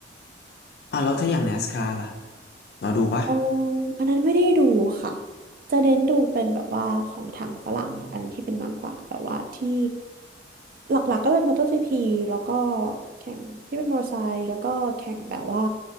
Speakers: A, on the left; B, on the right.
A: อ่าวแล้วถ้าอย่าง NASCAR ล่ะเราดูปะ
B: เอออันนั้นไม่ได้ดูค่ะจะเน้นดูเป็นแบบว่าของทางฝรั่งอันที่เป็นมากกว่าแบบว่าที่หลักๆก็เป็นมอเตอร์จีพีแล้วก็แข่งที่เป็นมอเตอร์ไซค์แล้วก็แข่งแบบว่า